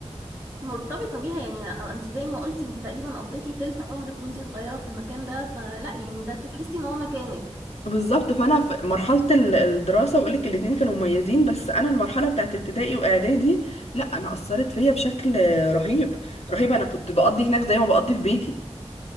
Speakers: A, on the right; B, on the left.
A: مرتبطة بيها يعني انت زي ما قلتي انت تقريبا قضيتي تلت عمرك وانت صغيرة في المكان ده فلا يعني ده تحسي ان هو مكانك
B: بالظبط فانا في مرحله ال- الدراسه واقول لك الاتنين كانوا مميزين بس انا المرحله بتاعت ابتدائي واعدادي لا انا اثرت فيا بشكل رهيب رهيب انا كنت بقضي هناك زي ما بقضي في بيتي